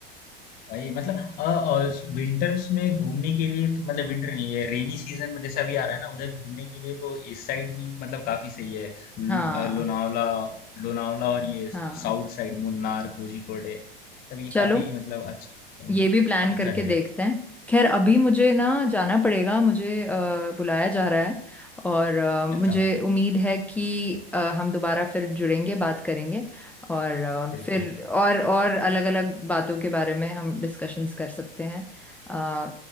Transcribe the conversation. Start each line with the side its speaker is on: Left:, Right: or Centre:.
Left: भाई मतलब अ, और विंटर्स में घूमने के लिए तो मतलब विंटर नहीं है रेनी सीजन में जैसे अभी आ रहा है ना उधर घूमने के लिए तो इस साइड भी मतलब काफी सही है न-
Centre: हाँ
Left: अ, लोनावला लोनावला और ये
Centre: हाँ
Left: साउथ साइड मुन्नार कोझिकोड मतलब ये
Centre: चलो
Left: काफी मतलब अच्छा
Centre: ये भी प्लान
Left: अच्छा
Centre: करके
Left: जगह
Centre: देखते
Left: है
Centre: हैं खैर अभी मुझे ना जाना पड़ेगा मुझे अ, बुलाया जा रहा है और अ, मुझे
Left: अच्छा
Centre: उम्मीद है कि अ, हम दोबारा फिर जुड़ेंगे बात करेंगे और अ,
Left: बिल्कुल
Centre: फिर और और अलग-अलग बातों के बारे में हम डिस्कशंस कर सकते हैं अ,